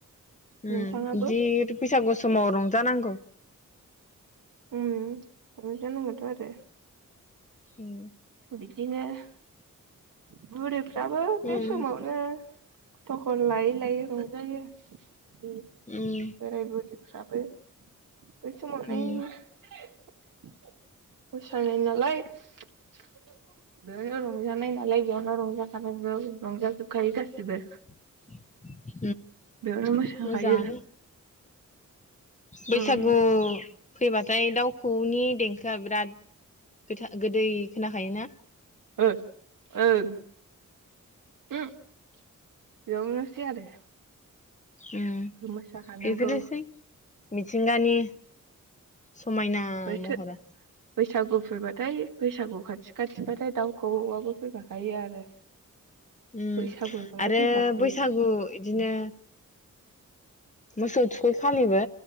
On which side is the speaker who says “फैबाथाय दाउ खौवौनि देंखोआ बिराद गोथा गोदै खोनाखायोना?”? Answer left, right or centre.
Left